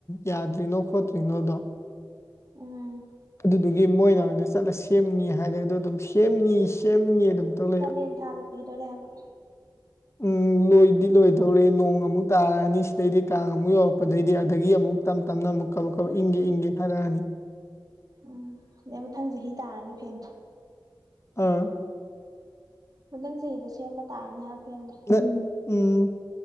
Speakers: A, on the left; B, on the right.
A: ꯌꯥꯗ꯭ꯔꯤꯅꯣ ꯈꯣꯠꯇ꯭ꯔꯤꯅꯣꯗꯣ
B: ꯎꯝ
A: ꯑꯗꯨꯗꯨꯒꯤ ꯃꯣꯏꯅ ꯑꯣꯏꯅ ꯆꯠꯂ ꯁꯦꯝꯅꯤ ꯍꯥꯏꯔꯦ ꯑꯗꯣ ꯑꯗꯨꯝ ꯁꯦꯝꯅꯤ ꯁꯦꯝꯅꯤ ꯑꯗꯨꯝ ꯇꯧ ꯂꯩꯕ
B: ꯀꯥꯂꯦꯟ ꯊꯥ ꯂꯣꯏꯈꯤꯗꯣꯔꯦ ꯍꯥꯏꯕ
A: ꯎꯝ ꯂꯣꯏꯗꯤ ꯂꯣꯏꯗꯧꯔꯦ ꯅꯣꯡ ꯑꯃꯨꯛ ꯇꯥꯔꯛꯑꯅꯤ ꯁꯤꯗꯩꯗꯤ ꯀꯥꯡ ꯑꯃꯨꯛ ꯌꯧꯔꯛꯄꯗꯩꯗꯤ ꯑꯗꯒꯤ ꯑꯃꯨꯛ ꯇꯞ ꯇꯞꯅ ꯑꯃꯨꯛ ꯀꯧ ꯀꯧ ꯏꯪꯒꯦ ꯏꯪꯒꯦ ꯈꯔꯛꯑꯅꯤ
B: ꯎꯝ ꯑꯗꯨ ꯃꯊꯪ ꯆꯍꯤ ꯇꯥꯔꯅꯤ ꯐꯦꯟꯗꯣ
A: ꯑꯥ
B: ꯃꯊꯪ ꯆꯍꯤꯗ ꯁꯦꯝꯕ ꯇꯥꯔꯅꯤ ꯍꯥꯏꯕ ꯐꯦꯟꯗꯣ
A: <unintelligible> ꯎꯝ